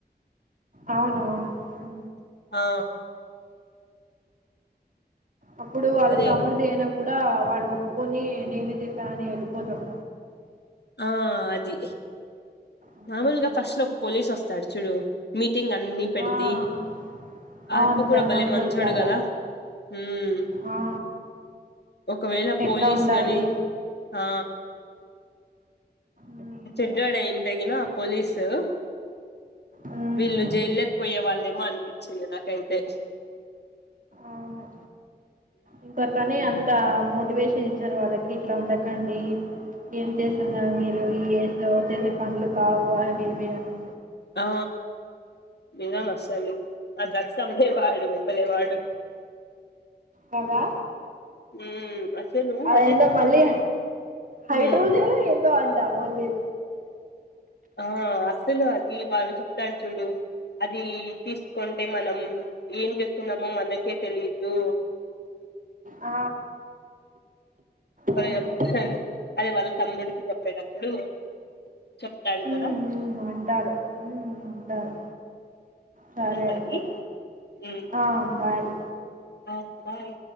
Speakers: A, on the right (about 50°); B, on the left (about 80°).
A: అవును అవును ఉ
B: ఆ
A: అప్పుడు వాళ్ళ
B: అదే
A: తమ్ముడుది అయిన అప్పుడు కూడా వాళ్ళుఒప్పుకొని నేనేే చేశాన అని వెళ్ళిపోతాడు
B: ఆ అది
A: హ్మ్.
B: మామూల్గా ఫస్ట్ లో ఒక పోలీస్ వస్తాడు చూడు మీ టింగ్ అన్నీ పె
A: ఆ!
B: పడ్ తి ఆ
A: అవును
B: యఅప్ప కూడా
A: తను
B: భలే మంచోడు
A: చాలా
B: కదా మ్
A: ఆ
B: ఒకవేళ
A: ఎట్లా
B: పోలీస్
A: ఉండాలి
B: గని ఆ
A: మ్మ్
B: చెడ్డోడ్ అయి తగిన పోలీసు
A: మ్మ్
B: వీళ్ళు జైల్లకి పోయే వాళ్ళేమో అనిపించింది నాకై అయితే
A: అవును ఇంక తనే అంత మోటివేషన్ ఇచ్చారు వాళ్ళకి ఇట్లా ఉండక అండి ఏమ్ చేస్తు ఉన్నారు మీరు ఈ ఏజ్ లో చేసే పనులు కావు అవి ఇవి అనే
B: ఆ నిజం అసలు అ దక్ష అమ్మేవాడు వెళ్ళే వాడు
A: కదా
B: ఉమ్ అసలు అది
A: ఎందేందో
B: తాగి
A: మళ్ళీ హైడ్రోజెన్
B: ఉమ్
A: ఎంతో అద్ త మఅంది
B: ఆ అస్సలు అది వాడు చెప్తాడు చూడు అది తీసుకొంటే మనం ఏమ్ చేసుకున్నామో మనకే తెలిదు
A: ఆ
B: బలే
A: అవును
B: చేపేతున్నాడు అదే వాళ్ళ తమ్ముడికి చెప్పేట అప్పుడు చెప్తాడు
A: మ్మ్
B: కదా
A: మ్మ్ అంటారు మ్ అంటారు సరే
B: నేమ్
A: అయితే
B: అది మ్
A: ఆ బాయ్
B: ఆ బాయ్